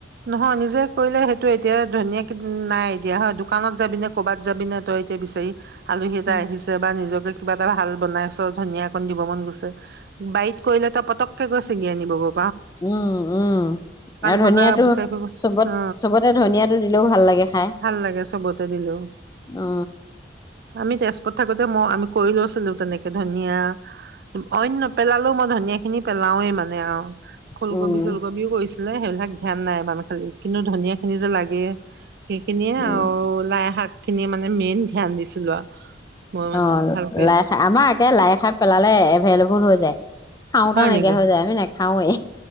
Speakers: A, on the right (about 55°); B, on the left (about 20°).
A: নহয় নিজে কৰিলে সেইটো এতিয়া ধুনীয়া নাই এতিয়া হয় দোকানত যাবি নে কৰ'বাত যাবি নে তই এতিয়া বিচাৰি আলহী এটা
B: উম,
A: আহিছে বা নিজক। কিবা এটা ভাল বনাইছ ধনিয়াকন দিব মন গৈছে বাৰীত কৰিলে তই পতকে গৈ ছিগি আনিব গ
B: উম উম আৰু
A: বজাৰ
B: ধনিয়াটো
A: বিচাৰি ফুৰিব
B: চবতে
A: অ
B: চবতে ধনিয়াটো দিলেওঁ ভাল লাগে খাই
A: ভাল লাগে চবতে দিলেও
B: উ
A: আমি তেজপুৰত থাকোতে মই আমি কৰি লৈছিলো তেনেকে ধনিয়া অইন নেপেলালেও মই ধনিয়া খিনি পেলাওৱে মানে আৰু ফুলকবি
B: উম,
A: চুলকবিও গৈছে সেইবিলাক ধ্যান নাই ইমান খালি কিন্তু ধনিয়া খিনি যে লাগে। সেইখিনিয়ে
B: উম।
A: আৰু লাই শাক।। খিনিয়ে মানে মেইন ধ্যান দিছিলো আৰু মই মানে
B: অঁ
A: ভালকে
B: লাই খা আমাৰ আমাৰ লাই শাক পেলালে এভেইলেবল হৈ যায় খাওঁতা
A: হয়
B: নাইকিয়াই
A: নেকি
B: হৈ যায় খাওঁয়ে